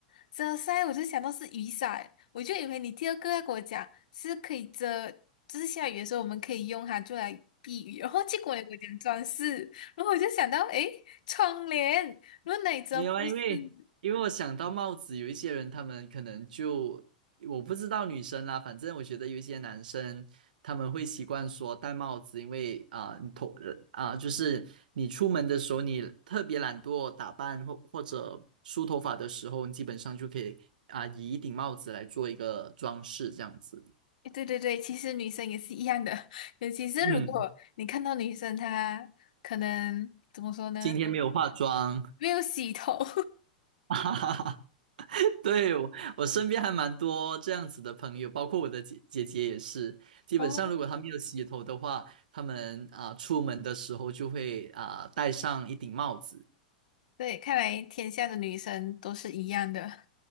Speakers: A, on the left (about 65°); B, on the right (about 80°).
A: 遮晒我就想到是雨伞，我就以为你第二个要给我讲是可以遮，就是下雨的时候我们可以用它就来避雨，然后结果你跟我讲装饰，然后我就想到诶，窗帘，然后哪里知道不是？
B: 没有啊，因为因为我想到帽子，有一些人他们可能就我不知道女生啦，反正我觉得有一些男生他们会习惯说戴帽子，因为啊、你头啊、就是你出门的时候，你特别懒惰打扮或或者梳头发的时候，你基本上就可以啊、以一顶帽子来做一个装饰这样子。
A: 诶对对对，其实女生也是一样的，<laughs> 尤其是如果你看到女生她可能怎么说呢，
B: 嗯，今天没有化妆，
A: 没有洗头，
B: <laughs> 哈哈哈。<laughs> 对，我我身边还蛮多这样子的朋友，包括我的姐姐姐也是。基本上，
A: <laughs> 哦，
B: 如果她没有洗头的话，他们啊、出门的时候就会啊、戴上一顶帽子。
A: 对，看来天下的女生都是一样的。